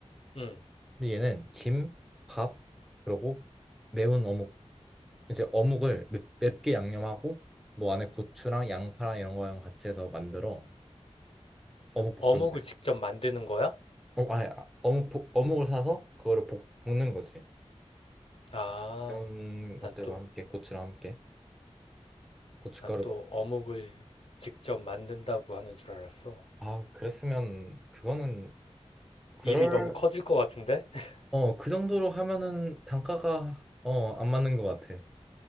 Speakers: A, on the left; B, in the centre.
A: 응.
B: 근데 얘는 김, 밥, 그리고 매운 어묵 이제 어묵을 맵- 맵게 양념하고 뭐 안에 고추랑 양파랑 이런 거랑 같이 해서 만들어 어묵 볶음을
A: 어묵을 직접 만드는 거야?
B: 어, 아니, 아, 어묵 볶- 어묵을 사서 그거를 볶, 볶는 거지
A: 아,
B: 매운 것들과
A: 난 또,
B: 함께 고추랑 함께 고춧가루
A: 난 또
B: 넣고
A: 어묵을 직접 만든다고 하는 줄 알았어.
B: 아 그랬으면 그거는 그럴
A: 일이 너무 커질 것 같은데? <laughs>
B: 어 그 정도로 하면은 단가가 어 안 맞는 것 같아